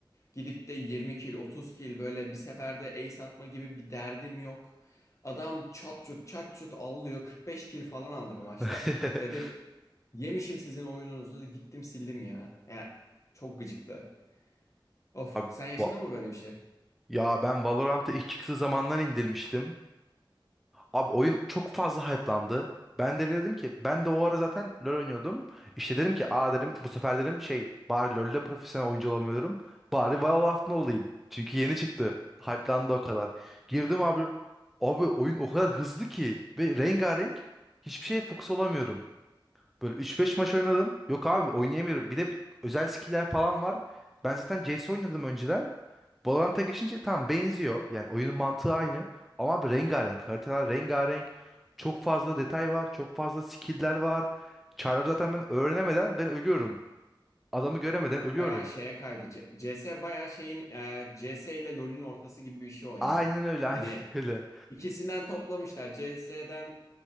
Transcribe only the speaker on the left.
Gidip de 20 kill, 30 kill böyle bir seferde ace atma gibi bir derdim yok. Adam çat çut çat çut avlıyor. 45 kill falan aldı bir maçta.
Dedim yemişim sizin oyununuzu. Gittim sildim ya. Ya çok gıcıktı. Of
sen yaşadın
mı böyle bir şey?
Bayağı şeye kaydı. C- CS bayağı şeyin e, C S. ile LoL'ün ortası gibi bir şey o ya.
Hani
İkisinden toplamışlar. CS'den